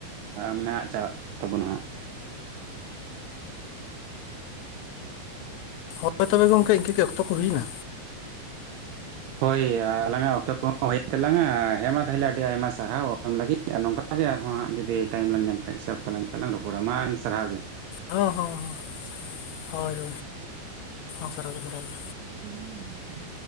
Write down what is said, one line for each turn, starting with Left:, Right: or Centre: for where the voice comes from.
Right: ᱢᱟᱱᱮ ᱟᱫ ᱪᱟᱵᱟᱜ ᱛᱟᱵᱚᱱᱟ ᱦᱟᱸᱜ᱾
Left: ᱦᱳᱭ ᱛᱚᱵᱮ ᱜᱮ ᱜᱚᱢᱠᱮ ᱤᱱᱠᱟᱹᱜᱮ ᱚᱠᱛᱚ ᱠᱚ ᱦᱩᱭᱱᱟ᱾
Right: ᱦᱳᱭ ᱟᱞᱟᱝᱟᱜ ᱚᱠᱛᱚ ᱠᱚᱦᱚᱸ ᱦᱩᱭᱮᱱ ᱛᱟᱞᱟᱝᱼᱟ ᱦᱮᱸ ᱢᱟ ᱛᱟᱦᱚᱞᱮ ᱟᱹᱰᱤ ᱟᱭᱢᱟ ᱥᱟᱨᱦᱟᱣ ᱚᱠᱛᱚ ᱮᱢ ᱞᱟᱹᱜᱤᱫ᱾ ᱱᱚᱝᱠᱟᱜ ᱜᱮ ᱟᱨᱦᱚ ᱦᱟᱸᱜ ᱡᱩᱫᱤ ᱴᱟᱭᱤᱢ ᱞᱟᱝ ᱧᱟᱢ ᱠᱷᱟᱱ ᱥᱮ ᱚᱠᱛᱚ ᱞᱟᱝ ᱠᱷᱟᱱ ᱞᱟᱝ ᱨᱚᱯᱚᱲᱟ ᱢᱟ ᱥᱟᱨᱦᱟᱣ ᱜᱮ᱾
Left: ᱦᱚᱸᱻᱦᱚᱸ ᱻᱦᱚᱸ ᱦᱳᱭ ᱼ ᱦᱳᱭ ᱦᱚᱸ ᱥᱟᱨᱦᱟᱣᱜᱮ ᱼ ᱥᱟᱨᱦᱟᱣᱜᱮ᱾
Right: ᱦᱩᱸ